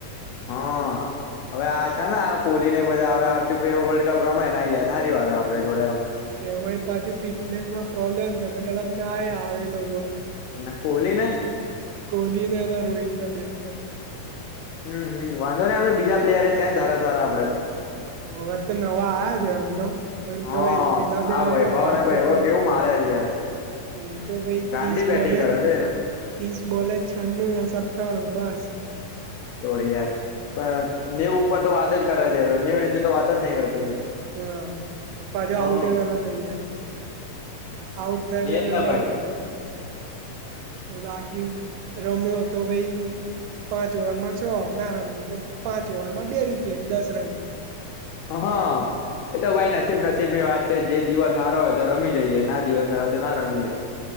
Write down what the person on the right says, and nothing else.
એમાંય પાછુ ફિટનેસમાં પ્રોબ્લેમ છે તો કદાચ ના એ આવેલો.
કોહલીને અને રોહિતને બેવ ને.
હવેત તો નવા આવયા છે આમ તો. પણ
તોય પેલા બે
હો
એલે ભાર
તો પડે.
એ તો ભાઈ
તીસ
બોલે
ત્રીસ બોલે જ છન્નું ને સત્તાણું બસ.
હા પાછો
આવુંટે કરલો થઈ જાય. આઉટ થાય એટલે
પેલો
આઉટ થાય. એલેકી રમ્યો તો ભાઈ. પાંચ ઓવરમાં સો ના રમ્યો તો પાંચ ઓવરમાં બે વિકેટ દસ રને.
ચાર